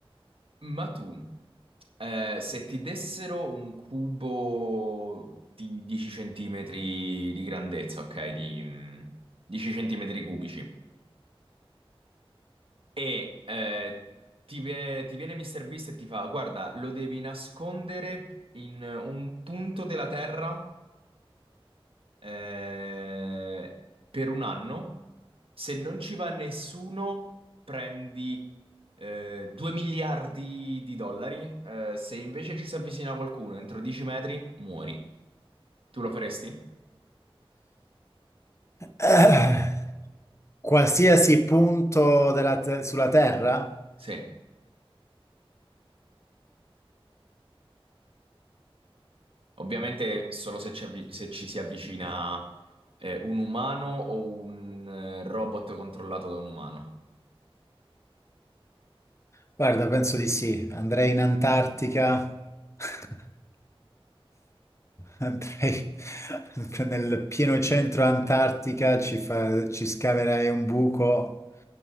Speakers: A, on the right; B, on the left.
A: ma tu, eh, se ti dessero un cubo di 10 centimetri di grandezza, ok, di mm, 10 centimetri cubici, E eh, ti, vie- ti viene Mr. Beast e ti fa: Guarda, lo devi nascondere in un punto della Terra eh, per un anno. Se non ci va nessuno, prendi eh, 2 miliardi di dollari. Eh, se invece ci si avvicina qualcuno entro 10 metri, muori. Tu lo faresti?
B: Eh, qualsiasi punto della te- sulla Terra?
A: Sì, ovviamente solo se ci, avvi- se ci si avvicina È un umano o un eh, robot controllato da un umano?
B: Guarda, penso di sì. Andrei in Antartica, <laughs> andrei nel pieno centro Antartica, ci, fa- ci scaverei un buco,